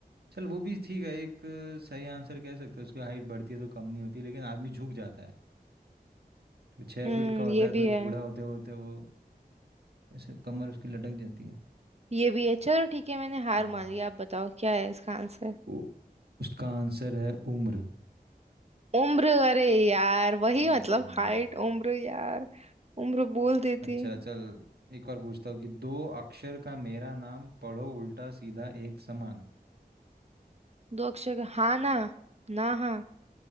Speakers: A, on the right (about 80°); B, on the right (about 40°).
A: चल वो भी ठीक है एक अ, सही आंसर कह सकते हैं उसकी हाइट बढ़ती है तो कम नहीं होती लेकिन आदमी झुक जाता है तो छः
B: हम्म
A: फीट का होता
B: ये
A: है तो
B: भी है
A: बूढ़ा होते होते वो ऐसे कमर उसकी लटक जाती है
B: ये भी है चलो ठीक है मैंने हार
A: हाँ
B: मान लिया आप बताओ क्या है इसका आंसर
A: ओ, उसका आंसर है उम्र
B: उम्र अरे यार वही
A: हम्म,
B: मतलब हाइट उम्र यार उम्र बोल देती
A: अच्छा चल एक और पूछता हूँ कि दो अक्षर का मेरा नाम पढ़ो उल्टा सीधा एक समान
B: दो अक्षर का हाँ ना ना हाँ